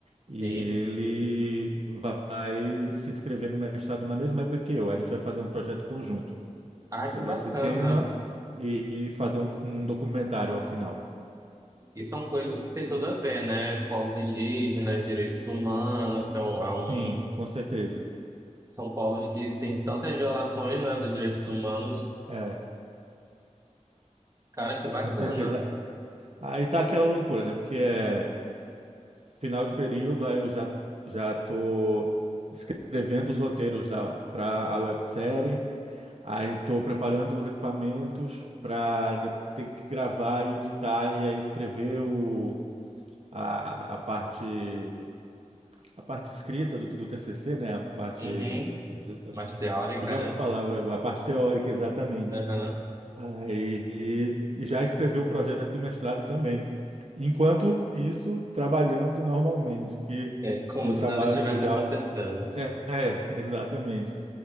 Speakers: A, on the right; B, on the right.
A: E
B: sim.
A: ele vai se inscrever no mestrado na mesma época que eu. A gente vai fazer um projeto conjunto
B: Ah,
A: sobre
B: que bacana.
A: esse tema e e fazer um, um documentário ao final.
B: E são coisas que tem tudo a ver, né? Povos indígenas, direitos humanos, que é um, é um-
A: Sim, com certeza.
B: são povos que têm tantas violações, né, dos direitos humanos.
A: É,
B: Cara, que bacana.
A: com certeza. Aí tá aquela loucura, né? Porque é final de período, aí eu já já tô escrevendo os roteiros da para a websérie, aí tô preparando os equipamentos para ter que gravar e editar e aí escrever o a, a parte a parte escrita do, do TCC, né? A parte,
B: Uhum.
A: meu Deus, tá-
B: Mais teórica,
A: fugiu a palavra
B: né?
A: agora, a parte teórica, exatamente.
B: Uhum.
A: Aí e já escreveu o projeto do mestrado também. Enquanto isso, trabalhando normalmente, que
B: É como
A: eu
B: se
A: trabalho
B: nada estivesse
A: já,
B: acontecendo.
A: é, é, exatamente,